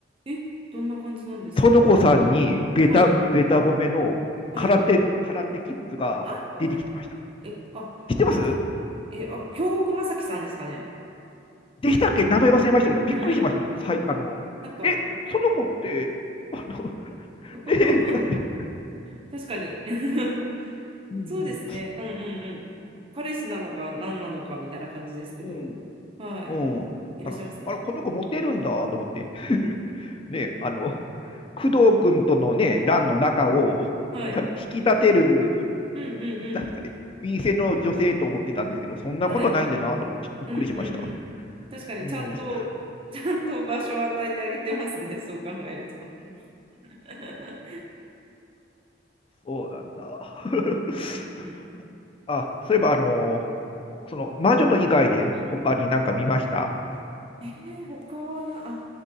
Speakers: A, on the right; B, on the left.
A: え、どんな感じなんですか
B: 園子さんにベタ、
A: はい、
B: ベタ褒めの空手の、
A: はい。
B: 空手キッズが出てきてました。
A: あ、え、あ、
B: 知ってます
A: えっと、え、あ、京極正樹さんですかね。
B: でしたっけ名前忘れましたけど、びっくりしました、
A: うんうん。
B: 僕。さい、あの、
A: なんか、
B: え、園子って、あの、<laughs>
A: <laughs>
B: ねえって感じで。
A: 確かに。<laughs>
B: うん、
A: そうですね。うんうんうん。彼氏なのか何なのかみたいな感じですけど。
B: うん、
A: はい。
B: うん。
A: いらっしゃいますね。
B: あの、あれ、この子モテるんだと思って、ね、あの、工藤君とのね、欄の中を、
A: はい。
B: なんか引き立てる、
A: うんうんうん。
B: なんですかね、B 線の女性と思ってたんですけど、そんなことないんだなと思って、
A: はい。
B: ちょっとびっくりしました。
A: うんうんうん。確かにちゃんと、
B: うん。あ、
A: ちゃんと場所を与えてあげてますね。そう考えると。<laughs>
B: そうなんだ。<laughs>
A: うんうん
B: あ、そういえば、あのーその、魔女の以外で他になんか見ました
A: えー、他はな、あ、